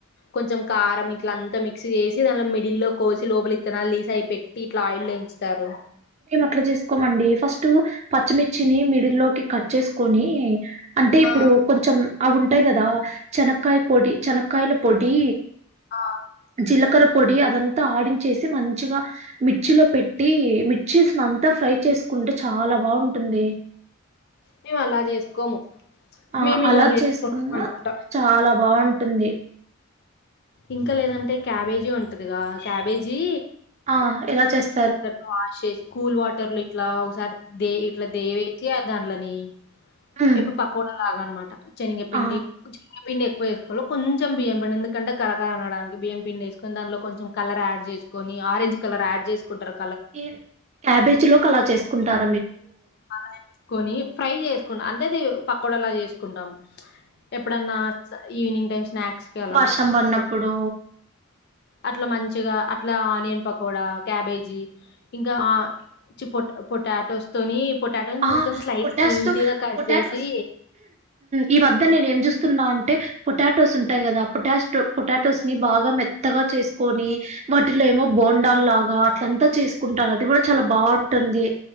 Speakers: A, on the left; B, on the right.
A: కొంచెం కారం ఇట్లా అంతా మిక్సీ చేసి దట్లా మిడిల్లో కోసి లోపలి ఇత్తనా లీసి అయి పెట్టి ఇట్లా ఆయిల్ వేయించుతారు
B: మేము అట్లా చేసుకోమండి ఫస్ట్ పచ్చిమిర్చిని మిడి లోకి కట్ చేసుకొని అంటే ఇప్పుడు
A: ఆ
B: కొంచెం అవి ఉంటాయి కనక్కయ పొడి చెనకాాయల పొడి
A: ఆ
B: జీలకర పొడి అదంతా తా ఆడించేసి మంచిగా మిర్చిలో పెట్టి మి చీస్ ను అంతా ఫ్రై చేసుకుంటే చాలా బాగుంటుంది
A: మేము అలా చేసుకోము
B: ఆ
A: మేము
B: అలా
A: ఇలా చేసుకుంటాం
B: చేసుకున్నా
A: అనమాట
B: చాలా బాగుంటు టుంది
A: ఇంకా లేదంటే క్యాబేజీ ఉంటదిగా క్యాబేజీ
B: ఆ ఎలా చేస్త
A: దాన్ని వాష్ చేసి కూల్ వాటర్లు ఇట్లా ఒకసారి దే ఇట్లా దేవేసి దాంట్లోని
B: ఉమ్,
A: ఎప్పుడు పకుడా లాగా అన్నమాట శనిగ పిండి
B: ఆ
A: శనిగా పిండి ఎక్వేసుకోవాలే కొంచె బియ్యం పిండి ఎందుకంటే కర కర అనడానికి బియ్యం పిండేసుకొని దాంట్లో కొంచెం కలర్ ఆడ్ చేసుకొని ఆరెంజ్ కలర్ ఆడ్ చేసుని కుంటరు
B: ఈ క్యాబేజీ లోకి అలా చేసుకుంటార
A: అలా వేసుకొని ఫ్రై చేసుకుం అ అదేది పకోడలా చేసుకుంటాము ఎప్పుడన్నా ఈవినింగ్ టైమ్ స్నాక్స్ కి అలాగా
B: వర్షం పడినప్పుడు
A: అట్లా మంచిగా అట్లా ఆనియన్ పకోడా క్యాబేజీ ఇంకా చి పొ పొటాటోస్ తోని పొటాటోస్
B: ఆ
A: మొత్తం స్లైస్
B: పొటాస్తోతో
A: నీట్ గా కట్
B: పొటాటోస్
A: చేసి
B: తో ఈ మధ్య నేను ఏం చూస్తా న్నా అంటే పొటాటోస్ ఉంటాయి కదా పొటాష్టో పొటాటోస్ ని బాగా మెత్తగా చేసుకొని వాటిలో ఏమో బోండాల్ లాగా అట్లా అత్త చేసుకుంటా అది కూడా చాలా బాగుంటుంది